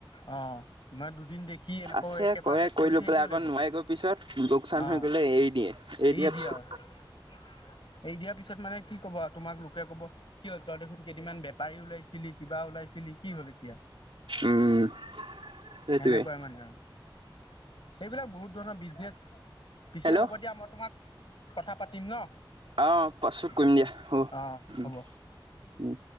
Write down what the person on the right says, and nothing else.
আছে
কৰে
লৈ
পেলাই আকৌ
নোৱাৰি গৈ পিছত লোকচান
হৈ গ'লে এৰি দিয়ে।
দিয়াৰ
পিছত
উম, সেইটোৱেই।
হেল্ল'।
অ', পাছত
কইম দিয়া। হ'ব।
উম,
উম।